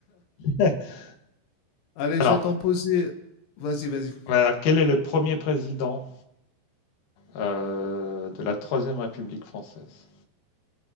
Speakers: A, on the left (about 55°); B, on the left (about 85°).
A: <laughs>
B: Allez,
A: Alors,
B: je vais t'en poser. Vas-y, vas-y.
A: voilà, quel est le premier président euh, de la Troisième République française?